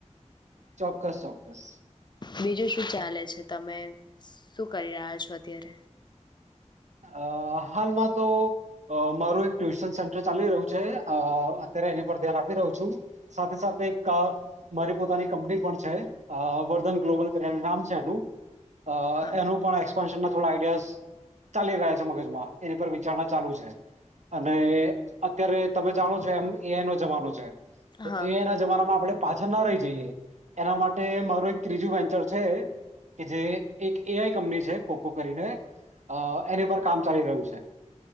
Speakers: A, on the right (about 70°); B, on the left (about 35°).
A: ચોક્કસ ચોક્કસ
B: બીજું શું ચાલે છે તમે શું કરી રહ્યા છો અત્યારે
A: અ હાલમાં તો મારું એક ટ્યુશન સેન્ટર ચાલી રહ્યું છે, અ અત્યારે એની પર ધ્યાન આપી રહું છું સાથે સાથે એક મારી પોતાની કંપની પણ છે વર્ધન ગ્લોબલ કરીને નામ છે એનું અ
B: હા
A: એનું પણ એક્સપન્શન નથી થોડા આઈડિયાસ ચાલી રહ્યા છે મગજમાં એની પર વિચારણા ચાલુ છે અને અત્યારે તમે જાણો છો એમ એઆઈ નો જમાનો છે. તો
B: હા
A: એ આઈ ના જમાનામાં આપણે પાછળ ના રહી જઈએ એના માટે મારું એક ત્રીજું વેન્ચર છે કે જે એક એ આઈ કંપની છે કોકો કરીને અ એની પર કામ ચાલી રહ્યું છે.